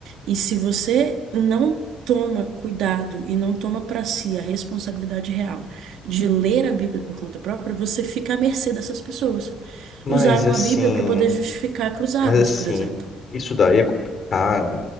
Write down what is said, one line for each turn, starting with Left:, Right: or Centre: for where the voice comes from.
Right: E se você não toma cuidado e não toma para si a responsabilidade real de ler a Bíblia por conta própria, você fica à mercê dessas pessoas.
Left: Mas
Right: Usaram
Left: assim,
Right: a Bíblia para poder justificar cruzadas,
Left: mas assim,
Right: por exemplo.
Left: isso daí é complicado.